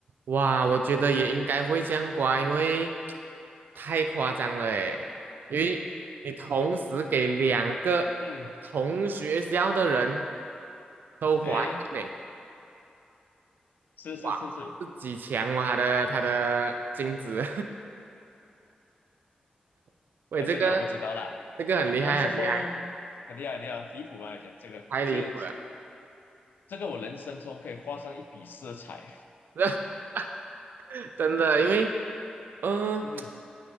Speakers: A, on the right; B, on the left.
A: 哇，我觉得也应该会这样刮，因为太夸张了诶，因为你同时给两个同学校的人
B: 嗯，
A: 都怀孕呢，
B: 诶，是是是是，
A: 哇，自己强哦，他的他的精子，<laughs> 喂，
B: 哎，
A: 这个
B: 这个我不知道啦，
A: 这个很厉害，
B: 但是后
A: 很厉害，
B: 很厉害很厉害，离谱吧？讲这个，
A: 太离谱了，
B: 这这个我人生中可以画上一笔色彩。
A: <laughs> 真的，因为嗯。呃
B: <laughs> 嗯，